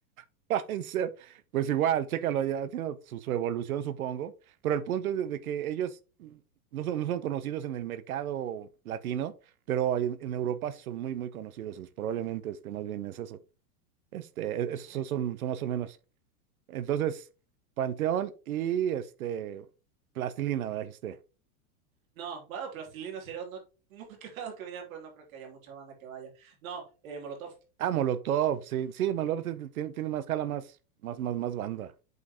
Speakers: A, on the right; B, on the right.
A: <laughs> En serio. Pues igual, chécalo, ya tiene su, su evolución, supongo. Pero el punto es de, de que ellos no son, no son conocidos en el mercado latino, pero en, en Europa sí son muy, muy conocidos. Es probablemente, este, más bien es eso. Este, e-
B: Mira
A: esos son, son más o menos. Entonces, Panteón y este Plastilina, ¿verdad? Dijiste.
B: No, bueno, Plastilina sería no, muy <laughs> cagado que vinieran, pero no creo que haya mucha banda que vaya. No, eh, Molotov.
A: Ah, Molotov, sí, sí, Molotov te- te- tiene, tiene más jala, más, más, más, más banda.